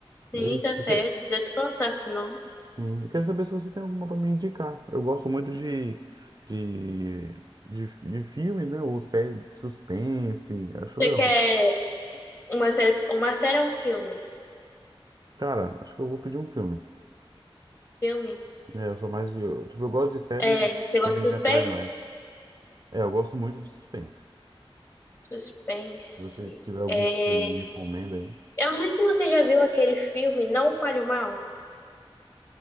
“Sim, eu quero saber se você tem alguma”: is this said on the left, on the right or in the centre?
Right